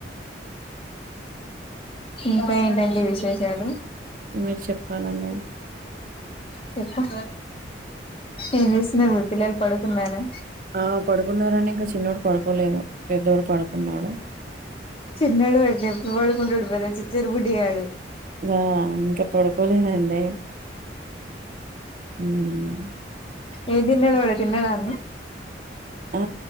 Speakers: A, on the left; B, on the right.
A: ఇంకా ఏంటండి విశేషాలు
B: మీరు చెప్పాలండి
A: చెప్పు ఏం చేస్తున్నారు మీ పిల్లలు పడుకున్నారా
B: ఆ పడుకున్నారని ఇంకా చిన్నోడు పడుకోలేదు పెద్దోడు పడుకున్నాడు
A: చిన్నడుతే పవాడు కొడుపోలే చిచ్చెరి పుడి ఆడు
B: బ ఇంకా పడుకోలేదండి హ్మ్.
A: ఏదిన్నను వాడ తిన్నాడా అన్న
B: ఆ